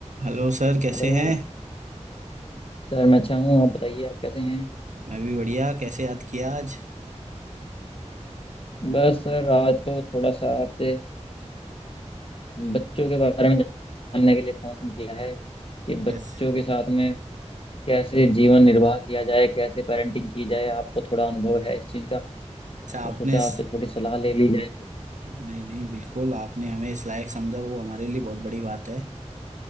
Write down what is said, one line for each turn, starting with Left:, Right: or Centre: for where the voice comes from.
Right: Hello sir कैसे
Left: Hello
Right: हैं
Left: sir मैं अच्छा हूँ आप बताइए आप कैसे हैं
Right: मैं भी बढ़िया कैसे याद किया आज
Left: बस सर आज तो थोड़ा सा आपसे बच्चों के बारे में जानने के लिए फ़ोन किया है कि बच्चों
Right: कैसे
Left: के साथ में कैसे जीवन निर्वाह किया जाए कैसे पेरेंटिंग की जाए आपको थोड़ा अनुभव है इस चीज़ का
Right: अच्छा
Left: तो
Right: आपने
Left: सोचा
Right: इस...
Left: आपसे थोड़ी सलाह ले ली जाए
Right: नहीं नहीं बिल्कुल आपने हमें इस लायक समझा वो हमारे लिए बहुत बड़ी बात है